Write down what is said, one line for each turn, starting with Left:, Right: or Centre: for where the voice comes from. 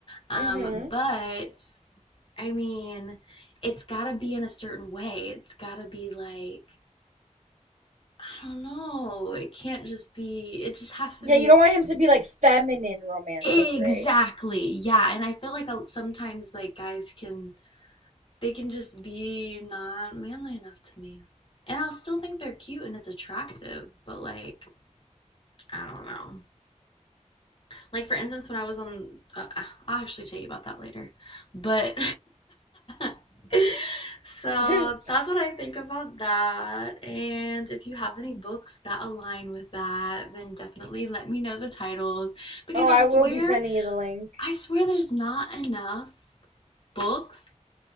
Left: Um,
Right: Mm-hmm.
Left: but I mean, it's gotta be in a certain way. It's gotta be like, I don't know. It can't just be, it just has to
Right: Yeah,
Left: be
Right: you don't want him to be like feminine romantic,
Left: exactly.
Right: right?
Left: Yeah. And I feel like uh, sometimes like guys can, they can just be not manly enough to me. And I'll still think they're cute and it's attractive, but like, I don't know. Like for instance, when I was on, uh, I'll actually tell you about that later. But <laughs> so
Right: <laughs>
Left: that's what I think about that. And if you have any books that align with that, then definitely let me know the titles because
Right: Oh, I
Left: I swear,
Right: will be sending you the link.
Left: I swear, there's not enough books